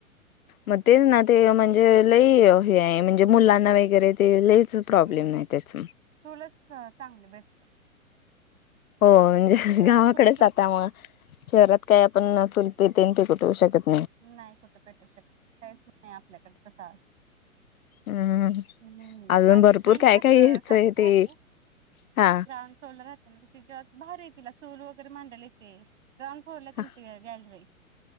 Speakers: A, on the left; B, on the right.
A: मग तेच ना ते म्हणजे लई हे म्हणजे मुलांना वगैरे ते लईच प्रॉब्लेम
B: हम्म
A: नाही त्याच.
B: चूलच चांगली बेस्ट.
A: हो म्हणजे
B: शहरात
A: गावाकडे
B: कुठं चूल
A: जातामुळे शहरात काही आपण चुलपी तेन पीटवू ठेवू शकत नाही.
B: नाही कुठं पेटू शकत काहीच नाही आपल्याकडे तसा.
A: हम्म
B: हम्म.
A: अजून
B: माझी
A: भरपूर
B: एक फ्रेंड
A: काय काय घ्यायचंय
B: खालीच राहते.
A: ते हा
B: श्रावण सोडलं तर त्यां तिच्यात बाहेर आहे तिला चूल वगैरे मांडाला येते ग्राउंड फ्लोअरला त्यांची
A: हा
B: गॅलरी हाय.